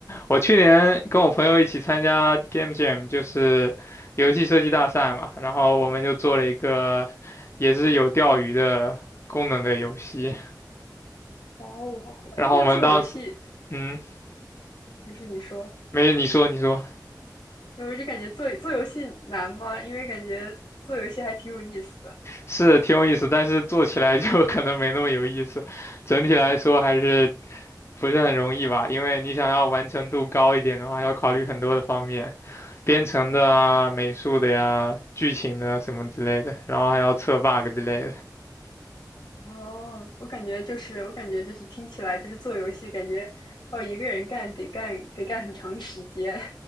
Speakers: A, on the left; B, on the left.
A: 我去年跟我朋友一起参加 Game Jam，就是游戏设计大赛嘛，然后我们就做了一个也是有钓鱼的功能的游戏，
B: 哇哦，好酷！哎，
A: 然后我们当时，
B: 那做游戏，
A: 嗯，
B: 没是你说，
A: 没，你说你说，
B: 我就感觉做做游戏难吗？因为感觉做游戏还挺有意思的。
A: 是挺有意思，但是做起来就 <laughs> 可能没那么有意思，整体来说还是不是很容易吧，因为你想要完成度高一点的话，要考虑很多的方面。编程的啊、美术的呀、剧情的啊什么之类的，然后还要测 bug 之类的。
B: 哦，我感觉就是，我感觉就是听起来就是做游戏，感觉哦一个人干得干得干很长时间。